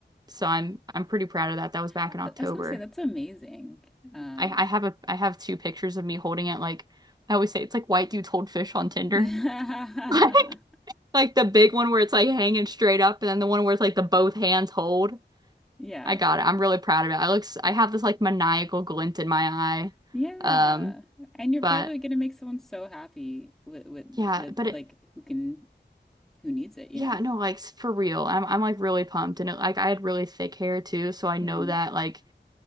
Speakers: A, on the right; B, in the centre.
A: so I'm I'm pretty proud of that. That was back
B: I
A: in October.
B: I was gonna say that's amazing. Um,
A: I, I have a I have two pictures of me holding it like I always say it's like white dudes hold fish on Tinder.
B: <laughs> yeah,
A: <laughs> Like like the big one where it's like hanging straight up and then the one where it's like the both hands hold.
B: yeah,
A: I got it. I'm really proud of it. I look s- I have this like maniacal glint in my
B: yeah.
A: eye. Um
B: And you're
A: but
B: probably gonna make someone so happy with with
A: yeah,
B: with
A: but it
B: like who can who needs it, you
A: yeah,
B: know?
A: no, like s- for real. I'm I'm like really pumped and it, like I had really thick hair too, so I know
B: Mm-hmm.
A: that like